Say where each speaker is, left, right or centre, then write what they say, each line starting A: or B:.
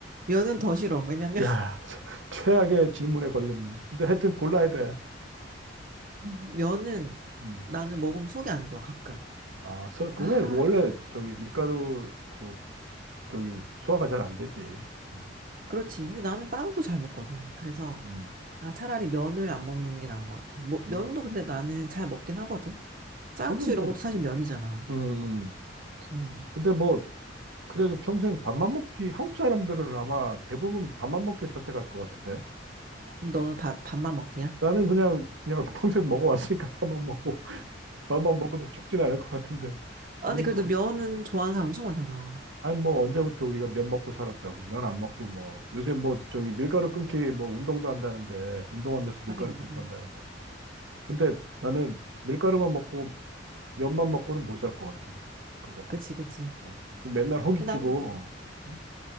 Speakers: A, on the right (about 50°); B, on the right (about 85°).
A: 면은 더 싫어. 왜냐면,
B: 야, <laughs> 최악의 질문에 걸렸네. 근데 하여튼 골라야 돼.
A: <laughs> 면은
B: 음.
A: 나는 먹으면 속이 안 좋아, 가끔.
B: 아, 써, 그게
A: 아,
B: 원래 저기 밀가루 그 저기 소화가 잘 안 되지. 네.
A: 그렇지. 근데 나는 빵도 잘 먹거든. 그래서,
B: 음,
A: 아, 차라리 면을 안 먹는 게 나은 것 같아. 뭐,
B: 그래서,
A: 면도 근데 나는 잘 먹긴 하거든. 쌀국수
B: 아니 뭐,
A: 이런 것도 사실 면이잖아.
B: 음, 음.
A: 음.
B: 근데 뭐 그래도 평생 밥만 먹기 한국 사람들은 아마 대부분 밥만 먹기 선택할 것 같은데
A: 그럼 너는 밥, 밥만 먹기야?
B: 나는 그냥 그냥 <laughs> 평생 먹어왔으니까 밥만 먹고 <laughs> 밥만 먹어도 죽진 않을 것 같은데
A: 아니,
B: 우리가
A: 그래도
B: 언-
A: 면은 좋아하는 사람 엄청 많잖아.
B: 아니 뭐 언제부터 우리가 면 먹고 살았다고 면 안 먹고 뭐 요새 뭐 저기 밀가루 끊기 뭐 운동도 한다는데 운동하면서 밀가루
A: 하긴 무슨.
B: 끊고 한다는데 뭐 근데 나는 밀가루만 먹고 면만 먹고는 못 살 것 같아 그거
A: 그치, 그치.
B: 어, 그 맨날 허기지고
A: 근데 난,
B: 응?